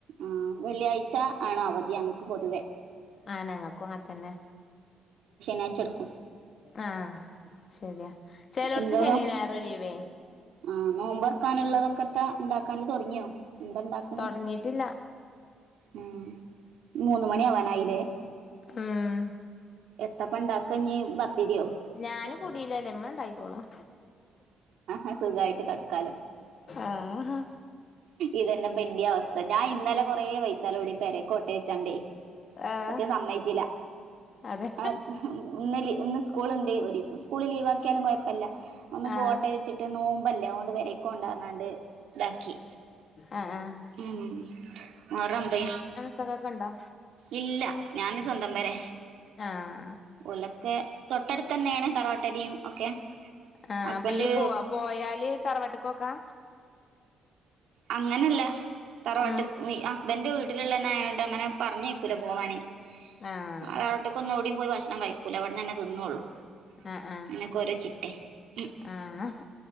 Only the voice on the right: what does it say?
ആ വെള്ളിയാഴ്ച ആണ അവധി ഞങ്ങക്ക് പൊതുവേ,
നേച്ചെടുക്കും,
എന്താവാ
ആഹ് നോമ്പർക്കാനുള്ളതൊക്കെത്താ ഇണ്ടാക്കാല് തൊടങ്ങിയോ എന്താ ഇണ്ടാക്ക്ണ്.
ഉം മൂന്ന് മണിയാവനായില്ലേ?
എത്തപ്പ ഇണ്ടാക്ക ഇഞ്ഞ് പത്തിരിയോ?
ആ സുഖായിറ്റ് കെടക്കാലോ.
ഇതന്നെപ്പ ഇന്റിം അവസ്ഥ ഞാൻ ഇന്നലെ കൊറേ വൈത്താല ‌ ക്കൂടി പെരേകോട്ടെ ചോയ്ച്ചാണ്ടേ.
പക്ഷെ സമ്മയ്ച്ചില.
ആ ഇന്ന് ലി ഇന്ന് സ്കൂള്ണ്ട് ഒരീസം സ്കൂള് ലീവ് ആക്കിയാലും കുഴപ്പല്ല. ഒന്ന്
പോട്ടെ വെച്ചിട്ട് നോമ്പല്ലേ അതൊണ്ട് പെരീക്ക്‌ പോണ്ടർന്നാണ്ട് ഇതാക്കി.
ഉം മുഹറൊമ്പേ
ഇല്ല ഞാന് സ്വന്തം പെരെ.
ഓലോക്കെ തൊട്ടടുത്ത് തന്നേണ് തറവാട്ടരിം ഒക്കെ.
ഹസ്ബൻഡ്
അങ്ങനല്ല തറവാട്ട്
വി ഹസ്ബന്റ് വീട്ടിലുള്ളന്നെ ആയോണ്ട് അങ്ങനെ. പറഞ്ഞേക്കൂല പോവാന്
തറവാട്ട്ക്കൊന്നും എവ്ടിം പോയി ഭക്ഷണം കഴിക്കൂല ഇവിട്ന്നന്നെ തിന്നൊള്ളൂ.
അങ്ങനൊക്കെ ഓരോ ചിട്ടേ മ്